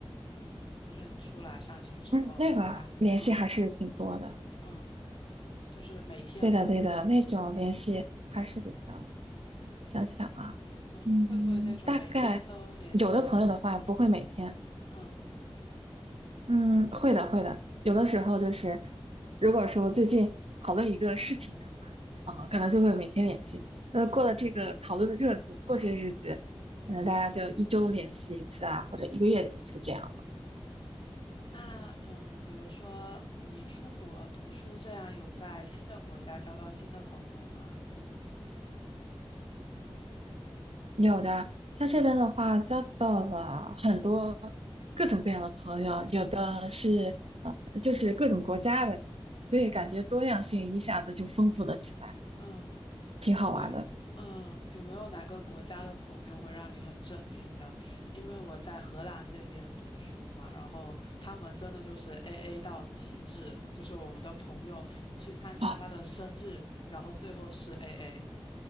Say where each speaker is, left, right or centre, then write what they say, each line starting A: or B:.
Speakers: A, on the left; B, on the right.
A: 就是你出来上学之后，
B: 嗯那个联系还是挺多的。
A: 你还有嗯嗯，就是每天吗？
B: 对的，对的，那种联系还是比较，想想啊，
A: 嗯，
B: 嗯，
A: 会不会那种每天都联系人？
B: 大概有的朋友的话不会每天，
A: 嗯
B: 嗯，会的，会的，有的时候就是，如果说最近讨论一个事情的话，
A: 嗯
B: 啊，可能就会每天联系。那过了这个讨论的热度，
A: 嗯
B: 过些日子，
A: 嗯
B: 可能大家就一周联系一次啊，或者一个月几次这样了
A: 嗯。那嗯，比如说你出国读书，这样有在新的国家交到新的朋友吗？
B: 有的，在这边的话，
A: 嗯
B: 交到了很多各种各样的朋友，有的是呃，
A: 嗯
B: 就是各种国家的，所以感觉多样性一下子就丰富了起来，
A: 嗯嗯
B: 挺好玩的。
A: 有没嗯有没有哪个国家的朋友会让你很震惊的？因为我在荷兰这边读书嘛，然后他们真的就是 AA 到极致，就是我们的朋友，你去参加他的生日，
B: 哦
A: 然后最后是 AA。